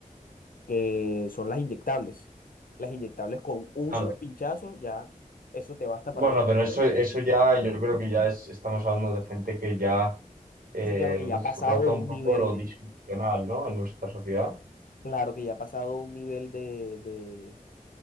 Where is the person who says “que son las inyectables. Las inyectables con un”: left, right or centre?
Left